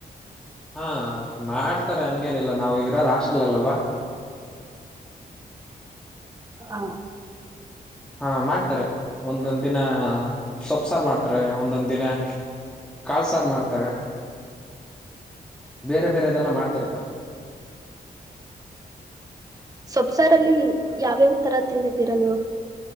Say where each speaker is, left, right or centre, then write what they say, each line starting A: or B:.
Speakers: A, in the centre; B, on the right (about 20°).
A: ಹಾ ಮಾಡ್ತಾರೆ ಹಂಗೇನಿಲ್ಲ ನಾವು ಇರೋದ್ ಹಾಸ್ಟಲ್ ಅಲ್ಲಿ ಅಲ್ವಾ
B: ಹ.
A: ಹಾ ಮಾಡ್ತಾರೆ ಒಂದೊಂದ್ ದಿನ ಸೊಪ್ಸಾರು ಮಾಡ್ತಾರೆ ಒಂದೊಂದ್ ದಿನ ಕಾಳು ಸಾರ್ ಮಾಡ್ತವೆ. ಬೇರೆ ಬೇರೆದೆಲ್ಲ ಮಾಡ್ತಿರ್ತಾರೆ.
B: ಸೊಪ್ಸಾರಲ್ಲಿ ಯಾವ್ಯಾವ ತರ ತಿಂದಿದ್ದೀರಾ ನೀವು.